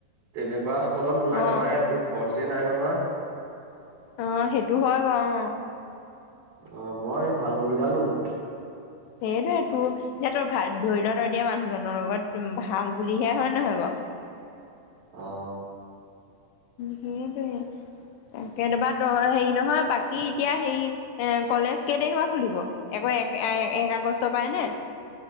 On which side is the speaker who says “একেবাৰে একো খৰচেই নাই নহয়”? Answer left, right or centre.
Right